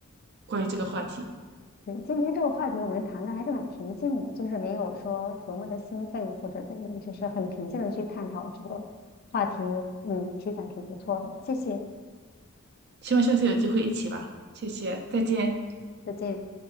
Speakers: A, on the right; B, on the left.
A: 关于这个话题，
B: 嗯今天这个话题我们谈的还是蛮平静的，就是没有说多么的兴奋或者怎样，就是很平静的去探讨这个话题。嗯，体感挺不错的，谢谢，
A: 希望下次有机会一起吧。谢谢，再见。
B: 再见。